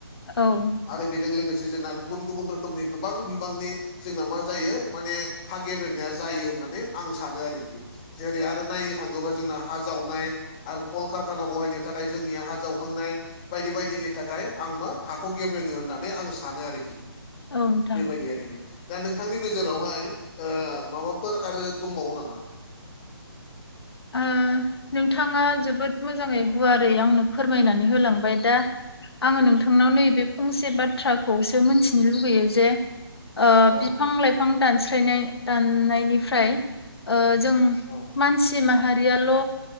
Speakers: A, on the left; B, on the left.
A: औ।
B: आरो बेजों लोगोसे जोंना गुबुन गुबुन रोखोमनि गोबां बिबांनि जोंना मा जायो माने हा गेब्रेंनाया जायो होननानै आं सानो आरोखि जेरै आरो नायनो थाङोबा जोंना हा जावनाय आरो कलकारखाना बहायनो थाखाय जोंनिया हा जावखांनाय बायदि बायदिनि थाखाय आं मा हाखौ गेब्रेङो होननानै आं सा सानो आरोखि
A: औ नोंथां
B: बेबायदि आरोखि दा नोंथांनि नोजोरावहाय माबाफोर आरो दंबावो नामा?
A: ओ नोंथाङा जोबोद मोजाङै गुवारै आंनो फोरमायनानै होलांबाय दा आङो नोंथांनाव नैबे फंसे बाथ्राखौसो मोनथिनो लुबैयो जे ओ
B: औ
A: बिफां लाइफां दानस्रायनाय दाननायनिफ्राय ओ जों
B: औ
A: मानसि माहारियाल'